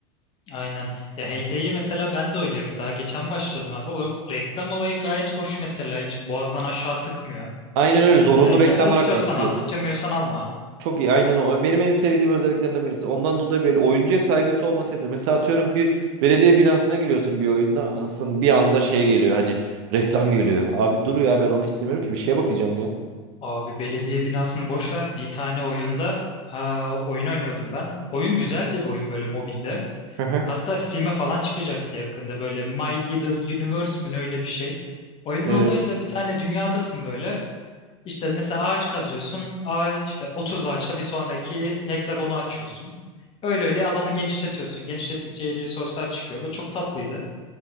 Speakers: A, on the left; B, on the right.
A: Aynen. Ya Heyde'yi mesela ben de oynuyorum. Daha geçen başladım abi. O reklam olayı gayet hoş mesela. Hiç boğazdan aşağı tıkmıyor.
B: Aynen öyle zorunlu
A: Ya, ya
B: reklam
A: istiyorsan
B: bırakmıyor istiyorsan.
A: al, istemiyorsan alma
B: Çok iyi aynen o. Benim en sevdiğim özelliklerinden birisi. Ondan dolayı böyle oyuncuya saygısı olması yeter. Mesela atıyorum bir belediye binasına giriyorsun bir oyunda. Anasını bir anda şey geliyor hani reklam geliyor. Abi dur ya ben onu istemiyorum ki bir şeye bakacağım ya.
A: Abi belediye binasını boş ver. Bir tane oyunda ha, oyun oynuyordum ben. Oyun güzeldi bir oyun böyle mobilde.
B: Hı hı.
A: Hatta Steam'e falan çıkacaktı yakında böyle My Little Universe mi ne öyle bir şey. Oyunun
B: Evet.
A: olayı da bir tane dünyadasın böyle. İşte mesela ağaç kazıyorsun. Ağa, işte 30 ağaçla bir sonraki heksagonu açıyorsun. Öyle öyle alanı genişletiyorsun. Genişlettikçe yeni resource'lar çıkıyor. Böyle çok tatlıydı.